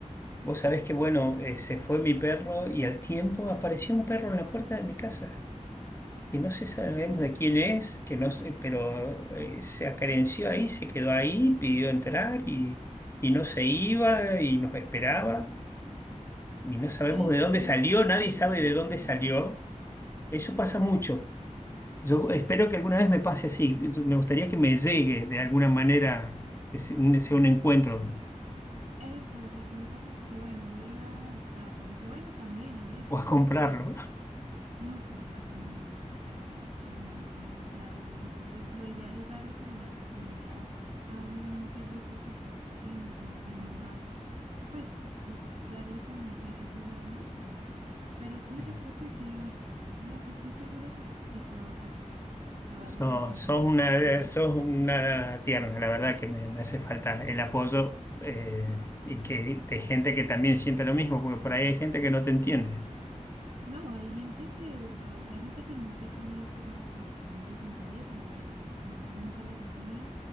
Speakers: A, on the left; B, on the right.
A: Vos sabés que, bueno, eh, se fue mi perro y al tiempo apareció un perro en la puerta de mi casa, que no sé, sabemos
B: Sí,
A: de quién es, que no sé, pero eh, se acerenció ahí, se quedó ahí, pidió entrar y, y no se iba y nos esperaba y no sabemos
B: eso,
A: de dónde
B: como
A: salió,
B: que te
A: nadie
B: persigue.
A: sabe de dónde salió. Eso pasa
B: Ajá.
A: mucho. Yo espero
B: Sí,
A: que alguna vez me pase así. Yo- Me gustaría que me llegue de alguna manera, que sea un sea un encuentro
B: eso, o sea, que no sea como que, bueno, voy a ir a adoptarlo, aunque bueno, también a veces,
A: o a comprarlo.
B: no sé. No, comprarlo no, seas tenaz, no, o sea, lo, lo impor- es- lo ideal es darle como la oportunidad a un perrito que está sufriendo, que no tiene hogar, pues lo- darle como ese, ese hogar bonito. Pero sí,
A: <laughs>
B: yo creo que sí, no sé, estoy segura que sí te va a pasar, que vayas
A: So-
B: a encontrar
A: sos una,
B: otro perrito
A: sos
B: así.
A: una tierna, la verdad que me, me hace falta el apoyo eh, y que de gente que también sienta lo mismo, porque por ahí hay gente que no te entiende.
B: Sí. No, hay gente que de verdad, o sea, hay gente que nunca ha tenido pues mascotas, no les interesa, o bueno, no, no, nunca las ha tenido.